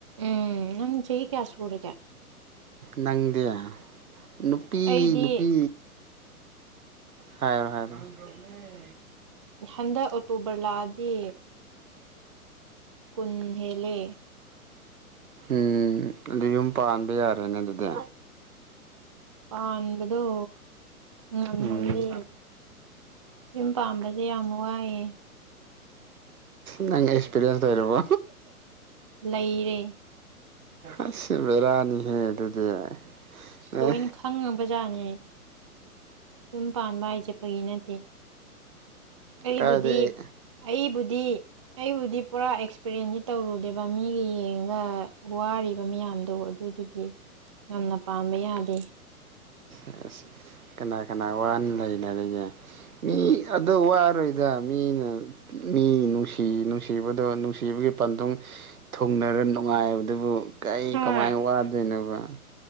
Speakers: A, on the right (about 20°); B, on the right (about 65°).
A: ꯎꯝ ꯆꯍꯤ ꯀꯌꯥ ꯁꯨꯔꯒꯦ
B: ꯅꯪꯌꯥ ꯅꯨꯄꯤ
A: ꯑꯩꯗꯤ
B: ꯅꯨꯄꯤ ꯍꯥꯏꯔꯣ ꯍꯥꯏꯔ ꯑꯗꯨ ꯑꯗꯨꯅꯦ
A: ꯍꯟꯗ ꯑꯣꯛꯇꯣꯕꯔ ꯂꯥ ꯇ ꯀꯨꯟꯍꯦꯂꯦ
B: ꯎꯝ ꯑꯗꯨ ꯌꯨꯝ ꯄꯥꯟꯕ ꯌꯥꯔꯦꯅꯦ ꯑꯗꯨꯗꯤ
A: ꯑ ꯑꯕꯗꯣ ꯉꯝꯃꯅꯤ
B: ꯎꯝ
A: ꯌꯨꯝ ꯄꯥꯝꯕꯁ ꯌꯥꯝ ꯋꯥꯏꯑꯦ
B: ꯅ ꯑꯦꯛꯁꯄꯤꯔꯤꯌꯦꯟꯁ ꯇꯔꯕꯣ
A: ꯂꯩꯔꯦ
B: ꯑꯁꯤꯁ ꯕꯤꯔꯥꯅꯤꯍꯦ ꯑꯗꯨꯗꯤ ꯑꯦ
A: ꯂꯣꯏꯅ ꯈꯪꯉꯕ ꯖꯥꯠꯅꯦ ꯌꯨꯝ ꯄꯥꯟꯕ ꯍꯥꯏꯁꯦ ꯠꯇꯒꯤ ꯅꯠꯇꯦ ꯑꯩꯕꯨꯙ
B: ꯀꯥꯏꯗꯩ
A: ꯑꯩꯕꯨ ꯗꯤ ꯑꯩꯕꯨꯗꯤ ꯄꯨꯔꯥ ꯑꯦꯛꯁꯄꯔꯌꯦꯟꯁꯇ ꯇꯧꯔꯨꯗꯦꯕ ꯃꯤꯒ ꯌꯦꯡꯉꯒ ꯋꯥꯔꯤꯕ ꯃꯌꯥꯝꯗꯣ ꯑꯗꯨꯗꯨꯒꯤ ꯉꯅ ꯄꯥꯝꯕ ꯌꯥꯗꯦ
B: ꯑ ꯑꯁ ꯀꯅꯥ ꯀꯅꯥ ꯋꯥꯅ ꯂꯩꯅꯔꯤꯒꯦ ꯃꯤ ꯑꯗꯣ ꯋꯥꯔꯣꯏꯗ ꯃꯤꯅ ꯃꯤ ꯅꯨꯡꯁꯤ ꯅꯨꯡꯁꯤꯕꯗꯣ ꯅꯨꯡꯁꯤꯕꯒꯤ ꯄꯥꯟꯗꯨꯡ ꯊꯨꯡꯅꯔ ꯅꯨꯡꯉꯥꯏꯕꯗꯨꯕꯨ ꯀꯩ
A: ꯍꯣꯏ
B: ꯀꯃꯥꯏꯅ ꯋꯥꯗꯣꯏꯅꯣꯕ ꯎꯝ